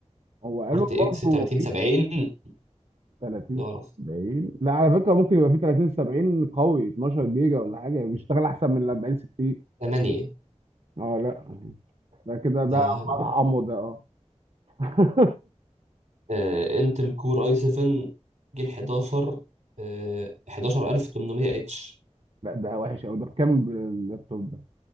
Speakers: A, on the right; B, on the right.
A: هو قالوا
B: ارت اكس
A: برضه
B: 30
A: في
B: 70
A: 30
B: ده اعرف
A: 70 لا على فكره ممكن يبقى في 30 70 قوي 12 جيجا ولا حاجه بيشتغل احسن من ال 40 60
B: 8
A: اه لا ده كده ده
B: ده هبل.
A: مرحمه ده اه <laughs>
B: آه انتل كور اي 7 جيل 11 آه 11800 اتش
A: لا ده وحش قوي ده بكام اللابتوب ده